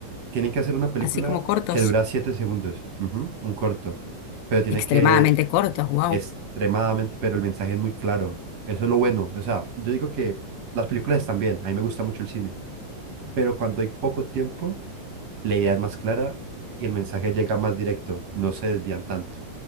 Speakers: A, on the right (about 55°); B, on the left (about 85°).
A: tienen que hacer una película
B: Así como cortos,
A: que dura 7 segundos, ujú, un corto, pero tiene
B: extremadamente
A: que
B: cortos, wow.
A: extremadamente, pero el mensaje es muy claro. Eso es lo bueno. O sea, yo digo que las películas están bien, a mí me gusta mucho el cine, pero cuando hay poco tiempo La idea es más clara y el mensaje llega más directo, no se desvían tanto